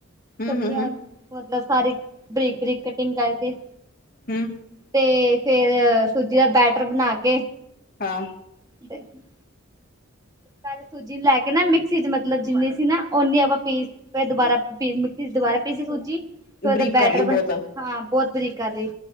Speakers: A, on the left (about 45°); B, on the right (about 15°).
A: ਹੂੰ
B: ਸਬਜ਼ੀਆਂ
A: ਹੂੰ ਹੂੰ
B: ਮਤਲਬ ਸਾਰੀ ਬਰੀਕ- ਬਰੀਕ ਕਟਿੰਗ ਕਰਕੇ।
A: ਹੂੰ।
B: ਤੇ ਫੇਰ ਸੂਜੀ ਦਾ ਬੈਟਰ ਬਣਾ ਕੇ।
A: ਹਾਂ।
B: <unintelligible> ਪਹਿਲੇ ਸੂਜੀ ਨੂੰ ਲੈ ਕੇ ਨਾ ਮਿਕਸੀ 'ਚ ਮਤਲਬ ਜਿੰਨੀ ਸੀ ਨਾ ਓਨੀ ਆਪਾਂ ਪੀਸ ਫਿਰ ਦੁਬਾਰਾ ਮਿਕਸੀ ਚ ਦੁਬਾਰਾ ਪੀਸੀ ਸੂਜੀ। ਫੇਰ
A: ਬਰੀਕ
B: ਬੈਟਰ
A: ਕਰ ਲਈ
B: ਬਣਾ,
A: ਬਹੁਤ
B: ਹਾਂ ਬਹੁਤ ਬਰੀਕ ਕਰ ਲੀ।